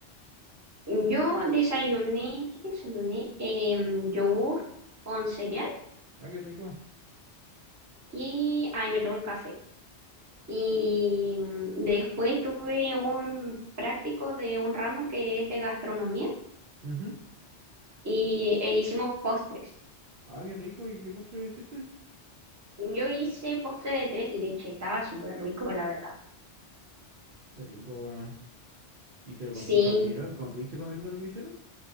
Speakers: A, on the right (about 15°); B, on the right (about 55°).
A: Yo desayuné, ¿qué desayuné? Em, yogur con cereal
B: Ah, qué rico.
A: y ahí me tomé un café. Y después tuve un práctico de un ramo que es de gastronomía
B: Ujú.
A: y, e hicimos postres.
B: Ah, qué rico. ¿Y qué postre hiciste?
A: Yo hice postre de tres leches, estaba súper rico, la verdad.
B: Qué rico, weón. ¿Y te com-
A: Sí,
B: y comieron? com- ¿Pudiste comer de lo que hicieron?